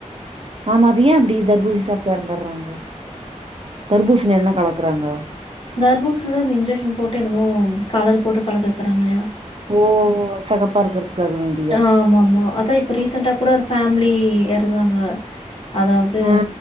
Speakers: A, on the right; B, on the left.
A: ஆமா அது ஏயா அப்டி தர்பூஸ் சாப்ட்டு எறந்துட்றாங்க தர்பூசணி என்ன கலக்குறாங்க
B: தர்பூசணில அந்த இன்ஜெக்ஷன் போட்டு என்னமோ கலர் போட்டு கலக்குறாங்கு இல்லையா
A: ஓ செகப்ப இருக்கிறதுகாகவேண்டி
B: ஆ ஆமா ஆமா அதா இப்ப ரீசென்டா கூட ஒரு ஃபேமிலி இருந்தாங்க அதாவது
A: ஆ